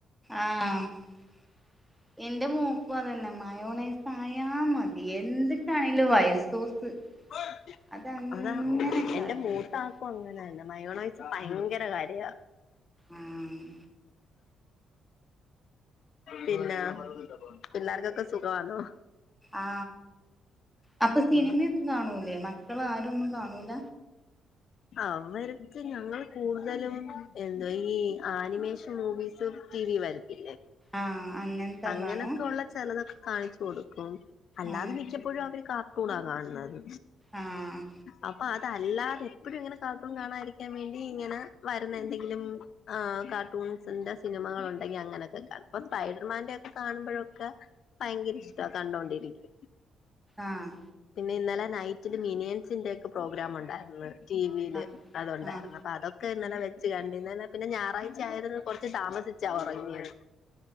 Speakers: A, in the centre; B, on the left.
A: ആഎന്റെ മോക്കും അതന്നെ മയനൈസെ ആയാൽ മതി എന്തിട്ടണേലും വൈറ്റ് സോസ്
B: ആഹ്
A: അതങ്ങനെ
B: അതാ
A: കഴിച്ചോ
B: എന്റെ മൂത്ത ആക്കും അങ്ങനെന്ന മയോനായ്‌സ് ഭയങ്കര കാര്യ
A: ആഹ്
B: പിന്നെ പിള്ളാർക്കൊക്കെ സുഖമാണോ
A: ആ അപ്പൊ സിനിമയൊക്കെ
B: ഉം
A: കാണൂലേ മക്കൾ ആരൊന്നും കാണൂല
B: അവർക്ക് ഞങ്ങൾ കൂടുതലും എന്തോ ഈ ആനിമേഷൻ മൂവീസ് ടി വി വരത്തില്ലേ
A: ആഹ് അങ്ങനത്താ
B: അങ്ങനൊക്കെള്ള
A: കാണുവ
B: ചെിലതൊക്കെ കാണിച്ചു കൊടുക്കും അല്ലാതെ
A: ആഹ്
B: മിക്കപ്പോഴും അവര് കാർട്ടൂൺാ കാണുന്നത്
A: ആഹ്
B: അപ്പൊ അത് അത അല്ലാതെ എപ്പോഴും ഇങ്ങനെ കാർട്ടൂൺ കാണാതിരിക്കാൻ വേണ്ടി ഇങ്ങനെ വരുന്ന എന്തെങ്കിലും ആ കാർട്ടൂൺ ന്റെ സിനിമകൾ ഉണ്ടെങ്കി അങ്ങനെയൊക്കെ കാ ഇപ്പൊ സ്പൈഡർമാന്റെ ഒക്കെ കാണുമ്പഴൊക്കെ ഭയങ്കര ഇഷ്ട കണ്ടോണ്ടിരിക്ക
A: ആഹ്
B: പിന്നെ ഇന്നലെ നൈറ്റില് മിനിയൻസിന്റെ ഒക്കെ പ്രോഗ്രാം ഉണ്ടായിരുന്നു ടി വിൽ
A: ആഹ്
B: അത്ണ്ടായിരുന്നു
A: ആഹ്
B: അപ്പൊ അതൊക്കെ ഇന്നലെ വെച്ച് കണ്ടി ഇന്നെ പിന്നെ ഞായറാഴ്ച ആയിന്ന് കുറച്ച് താമസിച്ചാ ഉറങ്ങിയാണ്